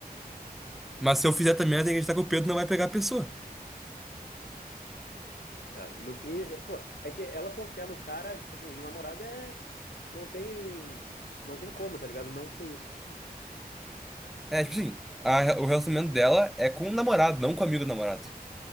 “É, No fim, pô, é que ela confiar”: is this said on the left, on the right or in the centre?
Left